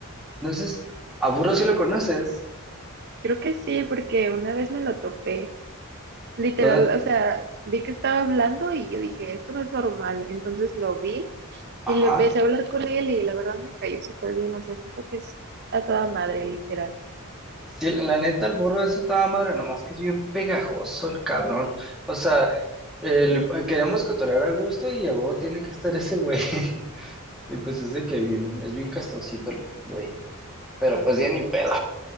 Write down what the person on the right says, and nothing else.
Creo que sí, porque una vez me lo topé. Literal,
o sea, vi que estaba hablando y yo dije, esto no es normal. Entonces lo vi.
Y le empecé a hablar con él y la verdad me cayó súper bien, o sea, siento que es a toda madre, literal.